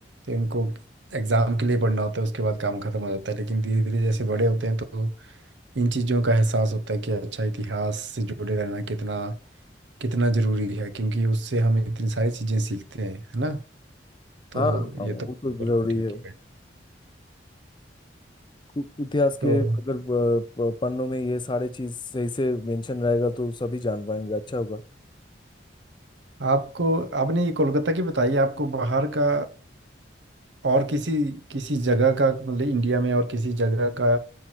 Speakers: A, on the right; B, on the left.
A: तो इनको एग्जाम के लिए पढ़ना होता है उसके बाद काम खत्म हो जाता है लेकिन धीरे धीरे जैसे बड़े होते हैं तो इन चीज़ों का एहसास होता है कि अच्छा इतिहास से जुड़े रहना कितना कितना जरूरी है क्योंकि उससे हम इतनी सारी चीज़ें सीखते हैं है ना तो
B: हाँ हाँ,
A: ये
B: वो
A: तो
B: तो
A: बिल्कुल
B: जरूरी है
A: ठीक है
B: इ- इतिहास
A: तो
B: के अगर अ, प- पन्नों में ये सारे चीज सही से मेंशन रहेगा तो सभी जान पाएंगे अच्छा होगा
A: आपको आपने ये कोलकाता की बताई आपको बाहर का और किसी किसी जगह का मतलब इंडिया में और किसी जगह का